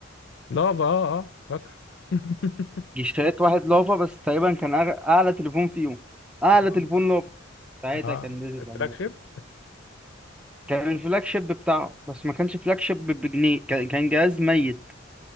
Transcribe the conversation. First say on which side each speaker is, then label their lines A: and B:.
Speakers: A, on the left; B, in the centre.
A: لافا اه اه فاكره <laughs>
B: اشتريت واحد لافا بس تقريبا كان أغ- أعلى تليفون فيهم أعلى
A: اه
B: تليفون لافا ساعتها
A: آه،
B: كان نزل
A: الفلاج
B: يعني.
A: شيب
B: كان الفلاج شيب بتاعه بس ما كانش فلاج شيب بجنيه كان كان جهاز ميت